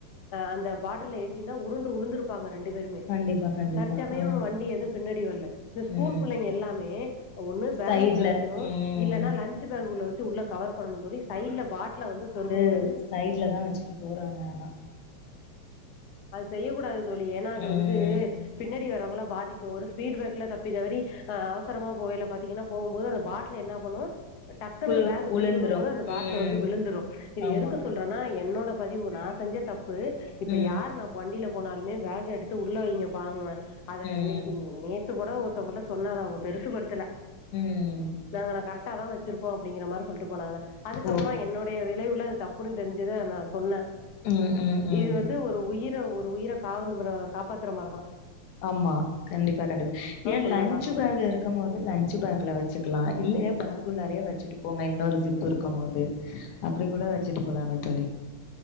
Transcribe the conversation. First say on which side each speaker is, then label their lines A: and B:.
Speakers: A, on the left; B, on the left.
A: அ அந்த பாட்டல்ல ஏத்திந்தா உருண்டு உளுந்துருப்பாங்க ரெண்டு பேருமே
B: கண்டிப்பா கண்டிப்பா.
A: தற்சமயோ
B: ஆ.
A: வண்டி எது பின்னாடி வல்ல து ஸ்கூல்
B: ம்.
A: புள்ளைங்க எல்லாமே ஒன்னு பேகு
B: சைட்ல
A: குள்ள வெக்கணு
B: ம்
A: இல்லனா லஞ்சு பேகுக்குள்ள வச்சு உள்ள கவர் பொர்னு தோழி சைல்ல பாட்ல வந்து சொருக கூ
B: உ சைட்ல தா வச்சுட்டு போறாங்க ஆனா
A: அது செய்யக்கூடாது தோழி ஏன்னா அது
B: ம்
A: வந்து பின்னாடி வரவங்கள பாதிக்கு ஒரு ஃபீட்பேக்குல தப்பி தவறி அ அவசரமா போவையில பாத்தீங்கனா போம்போது அந்த பாட்ல என்ன பண்ணு டக்குனு
B: கு
A: பேக்கு
B: உளுந்துரு
A: தூக்கிடும்போது அந்த பாட்ல
B: ம்
A: வந்து விழுந்துரு இது
B: ஆமா
A: எதுக்கு சொல்றனா என்னோட பதிவு நா செஞ்ச தப்பு இப்ப
B: ம்
A: யார் நா வண்டில போனாலுமே பேக்க எடுத்து உள்ள வைங்க பாங்குவே அத
B: ம்
A: இன்னைக்கின் நேத் த்து கூட ஒருத்தவங்கிட்ட சொன்னாத அவு பெருசு படுத்தல
B: ம்
A: நாங்க ந கரக்டா தா வச்சிருக்கோ அப்படிங்குற மார் சொல்ட்டு போனாங்க அதுகப்புறோ
B: ஓ
A: என்னுடையதே விலைவுல தப்புனு தெரிஞ்சதே நா சொன்ன
B: ம் ம் ம்
A: இது வந்து ஒரு உயிர ஒரு உயிரக் காவந்துபுரோ காப்பாத்துற மாரதா
B: ஆமா கண்டிப்பா கண்டிப் ஏன்
A: சொன்னதா
B: லன்ச்சு பேக் இர் க்கும் மோது லன்ச்சு பேக்ல வச்சுக்கலா இல்லையா பேகுல்லாரியே வச்சிட்டு போங்க இன்னொரு ஜிப் இருக்கும் போது அப்டி கூட வெச்சிட்டு போலாமே தோழி